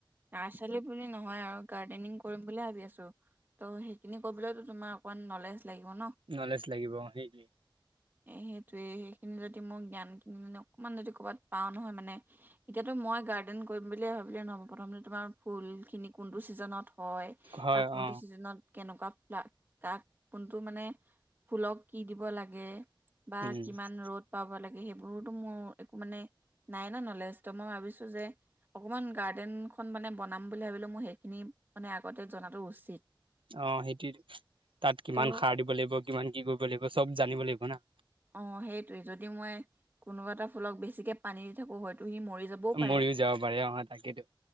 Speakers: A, on the right; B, on the right.
A: নাৰ্চালি বুলি নহয় আৰু গাৰ্ডেনিং কৰিম বুলি ভাবি আছো ত' সেইখিনি কৰিবলৈতো তুমাৰ অকমান নলেজ লাগিব ন
B: নলেজ লাগিব সেই কি
A: এ সেইটোৱে সেইখিনি যদি মই জ্ঞান কিনি অকণমান যদি ক'ৰবাত পাওঁ নহয় মানে এতিয়াতো মই গাৰ্ডেন কৰিম ব বুলি ভাবিলে নহ'ব প্ৰথম তোমাৰ ফুল খিনি কোনটো ছিজনত হয়
B: হয়
A: বা কোনটো
B: অ
A: চিজনত কেনেকুৱা তাক কোনটো মানে ফুলক কি দিব লাগে <unintelligible> বা
B: উম
A: কিমান ৰ'দ পাব লাগে সেইবোৰতো মোৰ একো মানে নাই মই ভিছো যে অক গ্ন মানে বন বুলি ভাবিলো ম সেইখিনি মানে আগতে জনাটো উচিত
B: অ সেইটো তাত কিমান
A: ত'
B: সাৰ দিব লাগিব কিমান কি কৰিব লাগিব চব জানিব লাগিব না
A: অ সেইটোৱে যদি মই কোনোবা এটা ফুলক বেছিকে পানী দি থাকো হয়তো তুহি মৰি যাবও পাৰে
B: মৰিও যাব পাৰে অ তাকেইতো